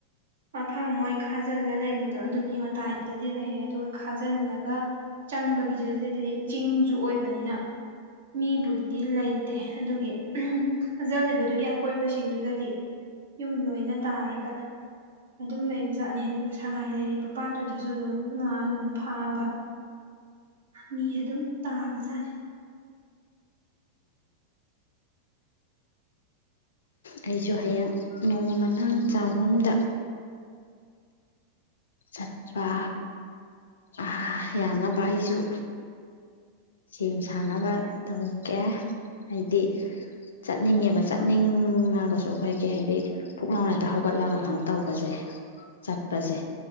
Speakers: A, on the right; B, on the left.
A: ꯃꯐꯝ ꯃꯣꯏ ꯈꯥꯖꯤꯜꯂ ꯂꯩꯕꯗꯨ ꯑꯗꯣ ꯑꯗꯨꯒꯤ ꯃꯇꯥꯏꯗꯗꯤ ꯂꯩꯔꯦ ꯑꯗꯨꯒ ꯈꯥꯖꯤꯜꯂꯒ ꯆꯪꯕꯒꯤꯗꯨꯗꯗꯤ ꯆꯤꯡꯁꯨ ꯑꯣꯏꯕꯅꯤꯅ ꯃꯤꯕꯨꯗꯤ ꯂꯩꯇꯦ ꯑꯗꯨꯒꯤ ꯈꯥꯖꯤꯜꯂꯤꯕꯗꯨꯒꯤ ꯑꯀꯣꯏꯕꯁꯤꯡꯗꯨꯗꯗꯤ ꯌꯨꯝ ꯂꯣꯏꯅ ꯇꯥꯔꯒ ꯑꯗꯨꯝ ꯂꯩꯕꯖꯥꯠꯅꯤ ꯑꯗꯨꯉ ꯁꯥꯏ ꯂꯩꯔꯤꯕ ꯄꯥꯠꯇꯨꯗꯁꯨ ꯑꯗꯨꯝ ꯉꯥ ꯅꯨꯡ ꯐꯥꯕ ꯃꯤ ꯑꯗꯨꯝ ꯇꯥꯕꯖꯥꯠꯅꯤ
B: ꯑꯩꯁꯨ ꯍꯌꯦꯡ ꯅꯣꯡꯃ ꯃꯇꯥꯡ ꯆꯥꯕꯝꯗ ꯆꯠꯄ ꯑ ꯌꯥꯝꯅꯕ ꯑꯩꯁꯨ ꯁꯦꯝ ꯁꯥꯟꯅꯕ ꯇꯧꯒꯦ ꯍꯥꯏꯗꯤ ꯆꯠꯅꯤꯡꯉꯦꯕ ꯆꯠꯅꯤꯡꯉꯒꯁꯨ ꯑꯩꯈꯣꯏꯒꯤ ꯍꯥꯏꯗꯤ ꯐꯨꯛꯅꯥꯥꯎ ꯍꯦꯛꯇ ꯍꯧꯒꯠꯂꯒ ꯈꯪ ꯇꯧꯕꯁꯦ ꯆꯠꯄꯁꯦ